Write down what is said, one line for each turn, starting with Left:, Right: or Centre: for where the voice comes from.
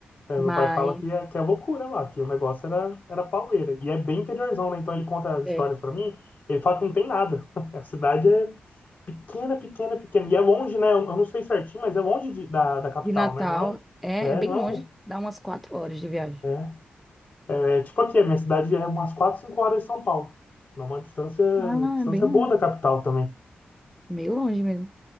Left: É,
Centre: Mas.
Left: meu pai fala que é, que é loucura lá, que o negócio era, era pauleira. E é bem interiorzão, né? Então ele conta as
Centre: é.
Left: histórias pra mim, ele fala que não tem nada. <laughs> A cidade é pequena, pequena, pequena. E é longe, né? Eu eu não sei certinho, mas é longe de- da, da capital,
Centre: de Natal
Left: né? Não é um.
Centre: é,
Left: É,
Centre: é bem
Left: não é
Centre: longe,
Left: um.
Centre: dá umas quatro horas de viagem.
Left: É, é, é tipo aqui, a minha cidade é umas 4 5 horas de São Paulo. Não É uma distância,
Centre: Ah,
Left: distância
Centre: é bem longe.
Left: boa da capital também.
Centre: Meio longe mesmo.